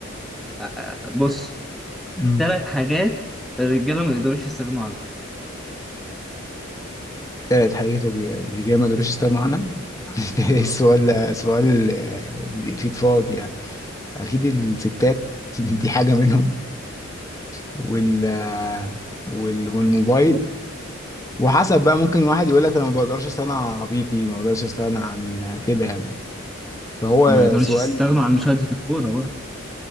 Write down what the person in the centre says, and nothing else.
آه، آه، بص
ثلاث حاجات الرجالة ما يقدروش يستغنوا عنها
اه
ما يقدروش
يستغنوا عن مشاهدة الكورة برضه